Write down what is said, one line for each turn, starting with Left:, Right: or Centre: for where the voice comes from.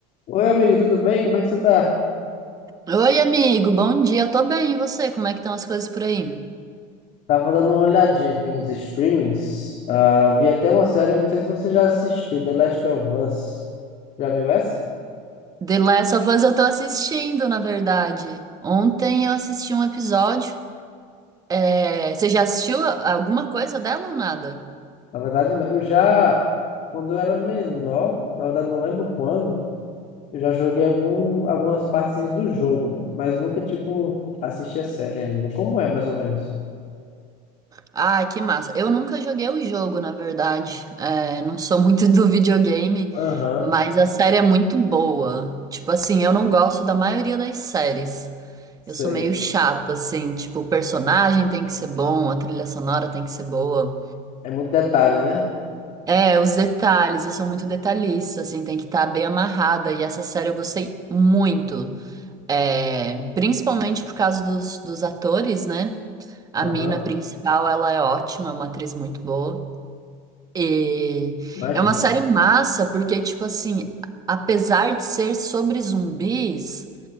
Left: Oi, amigo tudo bem? Como é que você tá?
Right: Oi, amigo, bom dia. Eu tô bem, e você? Como é que estão as coisas por aí?
Left: Tava dando uma olhadinha aqui nos streamings. Ah, vi até uma série, não sei se você já assistiu, The Last of Us. Já viu essa?
Right: The Last of Us eu tô assistindo, na verdade. Ontem eu assisti um episódio. É, Você já assistiu a- alguma coisa dela ou nada?
Left: Na verdade, não. eu já, quando eu era menor, na verdade não lembro quando, eu já joguei algum, algumas partezinhas do jogo, né? Mas nunca, tipo, assisti a série ainda. Como é, mais ou menos?
Right: Ah, que massa. Eu nunca joguei o jogo, na verdade. É, Não sou muito <laughs> do videogame,
Left: Aham,
Right: mas a série é muito boa. Tipo assim, eu não gosto da maioria das séries.
Left: sei.
Right: Eu sou meio chata, assim. Tipo, o personagem tem que ser bom, a trilha sonora tem que ser boa.
Left: É muito detalhe, né?
Right: É, os detalhes, eu sou muito detalhista, assim, tem que estar bem amarrada. E essa série eu gostei muito, é, principalmente por causa dos, dos atores, né? A
Left: Aham,
Right: mina principal, ela é ótima, é uma atriz muito boa. E
Left: imagina
Right: é uma série massa, porque, tipo assim, apesar de ser sobre zumbis,